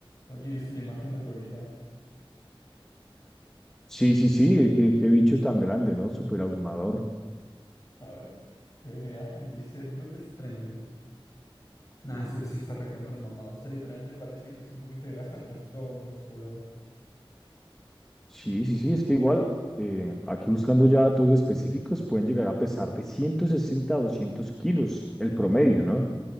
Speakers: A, on the left; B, in the centre.
A: Oye, ¿viste la imagen del gorila?
B: Sí, sí, sí, qué, qué bicho tan grande, ¿no? Súper abrumador.
A: A ver, hay una imagen que dice Brute Strength. Nah, eso sí está recontra mamado. O sea, literalmente parece que es un poquito de grasa, pero es todo músculo.
B: Sí, sí, sí, es que igual, eh, aquí buscando ya datos específicos, pueden llegar a pesar de 160 a 200 kilos el promedio, ¿no?